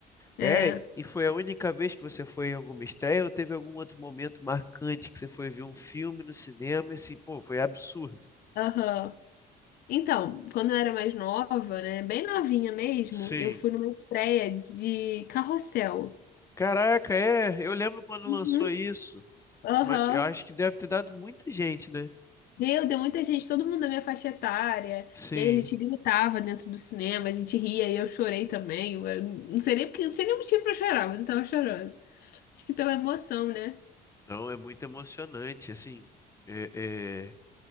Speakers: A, on the left; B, on the left.
A: é.
B: É, e foi a única vez que você foi em alguma estreia ou teve algum outro momento marcante que você foi ver um filme no cinema e assim, pô, foi absurdo.
A: Aham. Então, quando eu era mais nova, né, bem novinha mesmo,
B: Sim.
A: eu fui numa estreia de Carrossel.
B: Caraca, é, eu lembro quando
A: Uhum.
B: lançou isso.
A: Aham.
B: Ima- Eu acho que deve ter dado muita gente, né?
A: Meu, deu muita gente, todo mundo da minha faixa etária.
B: Sim.
A: E aí a gente gritava dentro do cinema, a gente ria e eu chorei também. Eu não sei nem porque, não sei nem o motivo pra chorar, mas eu tava chorando. Acho que pela emoção, né?
B: Não, é muito emocionante, assim. é- é,